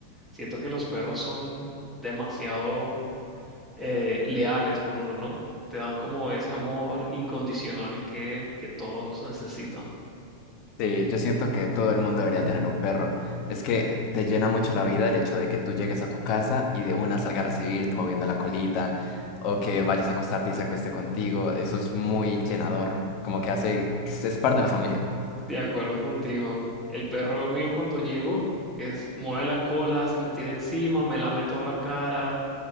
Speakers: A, in the centre; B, on the left.
A: Siento que los perros son demasiado eh, leales con uno, ¿no? Te dan como ese amor incondicional que, que todos necesitan.
B: Sí, yo siento que todo el mundo debería tener un perro. Es que te llena mucho la vida el hecho de que tú llegues a tu casa y de una salga a recibirte moviendo la colita o que vayas a acostarte y se acueste contigo. Eso es muy llenador, como que hace, es parte de la familia.
A: De acuerdo contigo. El perro mío cuando llego es mueve la cola, se me tira encima, me lame toda la cara.